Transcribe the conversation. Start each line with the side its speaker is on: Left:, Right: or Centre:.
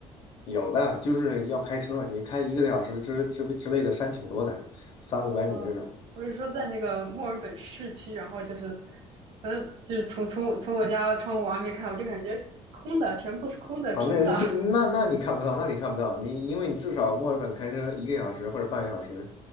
Left: 有的就是要开车，你开一个多小时之之之类的山挺多的，三五百米这种。
Right: 哦，我是说在那个墨尔本市区，然后就是，反正就是从从从我家窗户往外面看，我就感觉空的，全部都是空的，
Left: 啊，
Right: 平的。
Left: 那 <laughs> 那那你看不到，那你看不到，你因为你至少墨尔本开车一个小时或者半个小时，